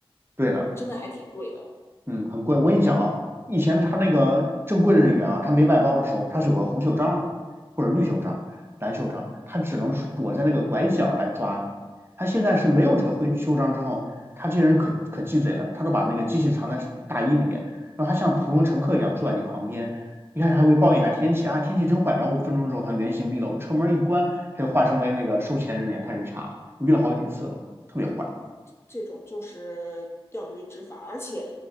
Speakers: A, on the right (about 25°); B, on the left (about 25°).
A: 对的。
B: 真的还挺贵的。
A: 嗯，很贵。我跟你讲啊，以前他那个正规的人员啊，他没外包的时候，他是有个红袖章的，或者绿袖章、蓝袖章，他只能是躲在那个拐角来抓你。他现在是没有这个灰袖章之后，他这些人可可鸡贼了，他都把那个机器藏在大衣里面，然后他像普通乘客一样坐在你旁边，一开始还会抱怨一下天气啊，天气真坏，然后五分钟之后他原形毕露，车门一关，他就化身为那个收钱人员开始查。我遇到好几次了，特别坏。
B: 这种就是钓鱼执法，而且